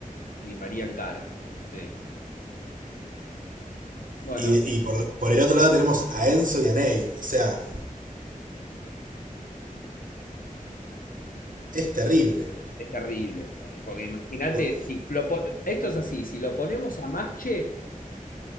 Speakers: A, on the left; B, on the right.
A: Di María en cara. Sí. Bueno,
B: Y, y por, por el otro lado tenemos a Enzo y a Ney. O sea, es terrible.
A: es terrible. Porque imagínate,
B: Por-
A: si lo po- esto es así, si lo ponemos a Masche,